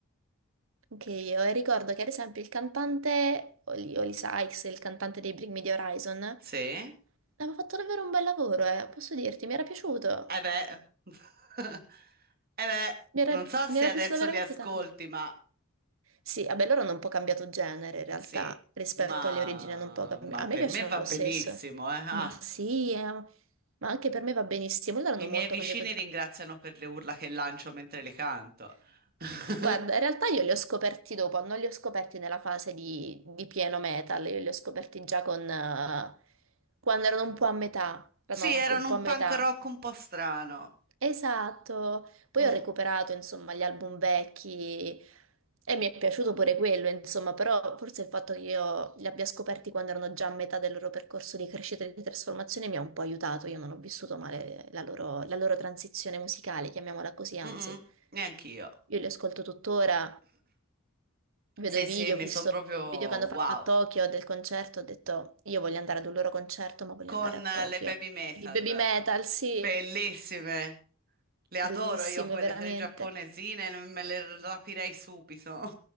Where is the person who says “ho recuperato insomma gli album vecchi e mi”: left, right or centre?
Right